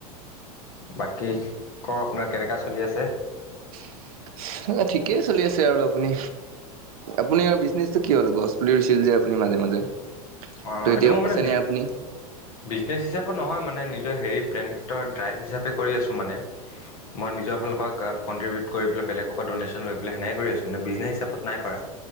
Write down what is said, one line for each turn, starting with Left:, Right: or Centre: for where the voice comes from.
Left: বাকী ক'ক আপোনাৰ কেনেকা চলি আছে?
Right: <unintelligible> ঠিকেই চলি আছে আৰু আপুনি -আপুনি বিজনেচ টো কি হ'ল গছ পুলি ৰুইছিল যে আপুনি মাজে -মাজে।
Left: অ',
Right: ত
Left: সেইটো
Right: এতিয়া
Left: মই মানে
Right: আছে
Left: বি
Right: নে আপুনি
Left: -বিজনেছ হিচাপত নহয় মানে নিজৰ হেৰি প্লেনটৰ ড্ৰাইভ হিচাপে কৰি আছোঁ মানে মই নিজৰ ফালৰ পৰা কণ্ট্ৰিবিউট কৰি পেলাই বেলেগৰ পৰা দনেশন লৈ পেলাই সেনেকে কৰিছোঁ মানে বিজনেছ হিচাপত নাই কৰা।